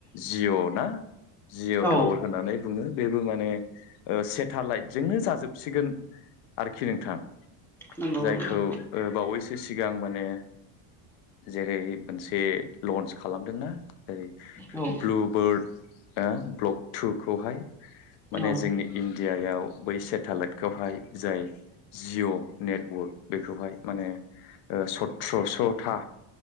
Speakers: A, on the left (about 60°); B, in the centre.
A: जिअ' ना जि'अ
B: औ
A: टावार होननानै बुङो बेबो माने सेटेलाइटजोंनो जाजोबसिगोन आरोखि नोंथां।
B: नंगौ
A: जायखौ
B: नंगौ
A: बावैसो सिगां माने जेरै मोनसे लन्स खालामदोंना ओरै
B: औ
A: ब्लु बार्ड ओ ब्लक टुखौहाय माने
B: औ
A: जोंनि इण्डियायाव बै सेटेलाइटखौहाय जाय जिअ' नेटवर्क बेखौहाय माने सथ्रस'था